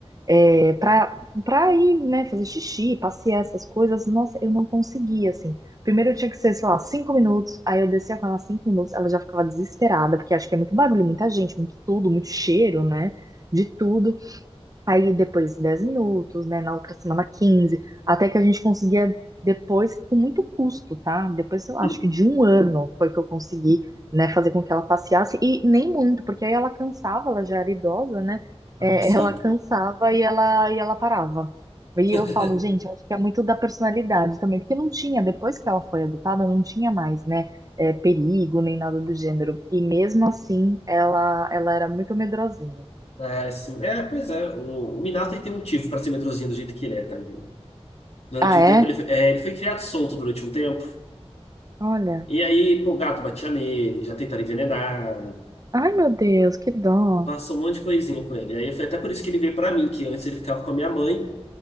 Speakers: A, on the right (about 35°); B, on the left (about 70°).
A: é, para para ir, né, fazer xixi, passear, essas coisas, nossa, eu não conseguia, assim. Primeiro eu tinha que ser, sei lá, cinco minutos, aí eu descia com ela cinco minutos, ela já ficava desesperada, porque acho que é muito barulho, muita gente, muito tudo, muito cheiro, né, de tudo. Aí depois 10 minutos, né? Na outra semana 15, até que a gente conseguia depois, com muito custo, tá? Depois, sei lá,
B: Uhum.
A: acho que de um ano foi que eu consegui, né, fazer com que ela passeasse, e nem muito, porque aí ela cansava, ela já era idosa, né?
B: Ah,
A: É,
B: Sim.
A: ela cansava e ela, e ela parava. E
B: <laughs>
A: eu falo, gente, acho que é muito da personalidade também, porque não tinha, depois que ela foi adotada, não tinha mais, né? é, perigo, nem nada do gênero. E mesmo assim, ela, ela era muito medrosinha.
B: Ah, sim. É, pois é. O, o Minato ele tem motivo pra ser medrosinho do jeito que ele é, também Durante
A: Ah,
B: um
A: é?
B: tempo, ele foi, é, ele foi criado solto durante um tempo.
A: Olha.
B: E aí, pô, o gato batia nele, já tentaram envenenar.
A: Ai, meu Deus, que dó.
B: Passou um monte de coisinha com ele. Aí foi até por isso que ele veio pra mim, que antes ele ficava com a minha mãe.